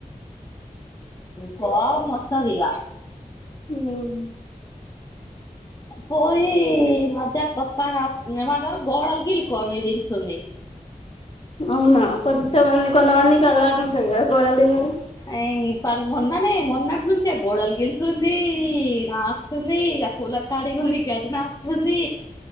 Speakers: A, on the left; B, on the left.
A: కోపమొస్తాదిగ
B: మ్
A: పోయి మధ్యాహ్నానికి వస్తాన ఏమంటారు గోడలుగిల్లు కొని తీస్తుంది.
B: అవునా కొంతమంది కొంతమందికి అలవాటు ఉంటాది కదా గోడలు తినేది.
A: అ ఇ ప మొన్ననే మొన్నటి నుంచే గోడలు గిళ్తుంది. ఈ నాకుతుంది ఇక కూలర్ కాడికి పోయి గడ్డి నాకుతుంది.